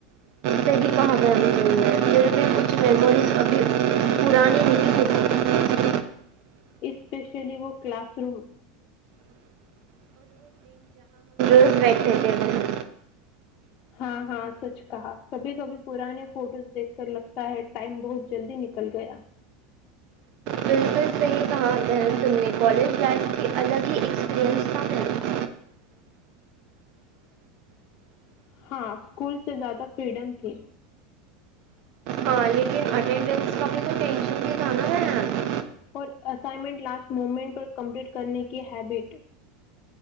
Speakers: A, on the right; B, on the left.
A: صحیح کہا بہن تم نے پھر بھی کچھ میموریز ابھی پرانی نہیں ہوتی
B: اسپیشلی وہ کلاس روم
A: بیٹھےتے ہیں
B: ہاں ہاں سچ کہا کبھی کبھی پرانے فوٹوز دیکھ کر لگتا ہے ٹائم بہت جلدی نکل گیا
A: بالکل صحیح کہا بہن تم نے کالج لائف کی الگ ہی ایکسپیرئنس تھا بہن
B: ہاں اسکول سے زیادہ فریڈم تھی
A: ہاں لیکن اٹینڈنس کا بھی تو ٹینشن بھی تھا نا بہن
B: اور اسائنمنٹ لاسٹ موومنٹ پر کمپلیٹ کرنے کی ہیبٹ